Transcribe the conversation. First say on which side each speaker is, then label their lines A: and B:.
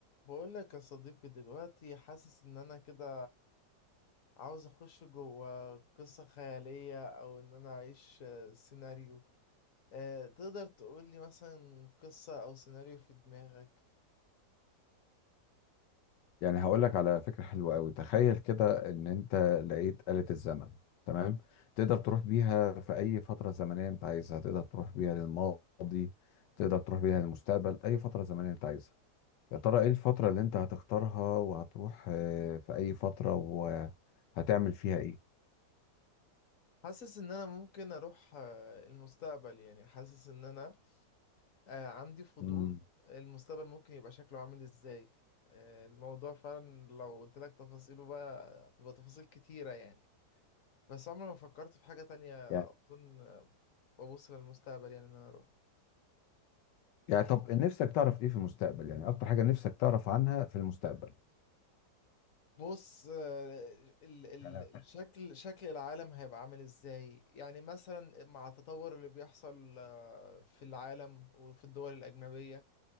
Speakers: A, on the left; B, on the left.
A: بقول لك يا صديقي دلوقتي حاسس ان انا كده عاوز اخش جوه قصة خيالية او ان انا اعيش آه، سيناريو آه، تقدر تقول لي مثلا قصة او سيناريو في دماغك
B: يعني هقول لك على فكرة حلوة قوي تخيل كده ان انت لقيت آلة الزمن تمام تقدر تروح بيها في اي فترة زمنية انت عايزها تقدر تروح بيها للماضي تقدر تروح بيها للمستقبل اي فترة زمنية انت عايزها يا ترى ايه الفترة اللي انت هتختارها وهتروح آه، في اي فترة وهتعمل فيها ايه
A: حاسس ان انا ممكن اروح آه، المستقبل يعني حاسس ان انا آه، عندي فضول
B: مم.
A: المستقبل ممكن يبقى شكله عامل ازاي آه، الموضوع فعلا لو قلت لك تفاصيله بقى تبقى تفاصيل كتيرة يعني بس عمري ما فكرت في حاجة تانية
B: يعني
A: أظن ببص للمستقبل يعني إن أنا أروح
B: يعني طب نفسك تعرف ايه في المستقبل يعني اكتر حاجة نفسك تعرف عنها في المستقبل
A: بص آه، ال ال
B: <laughs>
A: الشكل شكل العالم هيبقى عامل إزاي يعني مثلا مع التطور اللي بيحصل آه، في العالم وفي الدول الأجنبية